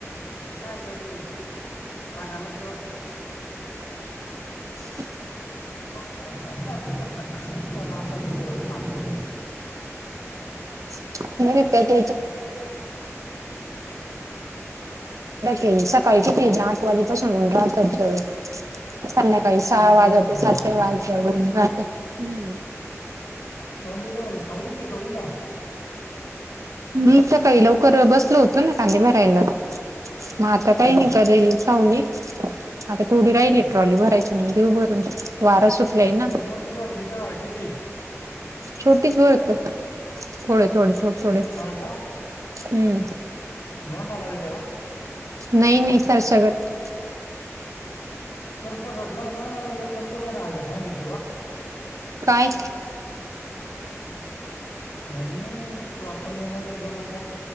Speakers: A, on the left; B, on the right.
A: काय गडी सांगानाच व्यवस्थित
B: <unintelligible>
A: मग टाइमपास करता करता कस केला असच दिवसपास हो
B: <unintelligible> कडक ये काळ किती आठ वाजेपासूनून राहत्यात संद्याकाळी
A: पास
B: सहा वाजते
A: नाही होत नाही
B: सात
A: घाम
B: पण
A: फार
B: <unintelligible>
A: कधी बर सावलीत आहे कि उन्हात
B: मी सकाळी लवकर बसलो होतो ना कांदे भरायला म आता काही
A: हम्म,
B: नि का राहिली सावली. आता थोडी राहिली
A: हम्म.
B: ट्रॉली भरायची मग देऊ भरून वारा सु ना
A: मग ती मोठी भरली का किती
B: छोटीच भत. थोडे थोडे थोडे थोडे.
A: हा का
B: हम्म
A: नॉट अलाऊड येते का?
B: नाही नाही सर सगट
A: सरसा कटलाय ना एककनला बर्या आड्या सांगितली बा
B: काय
A: मण प आपण नाही एकदाण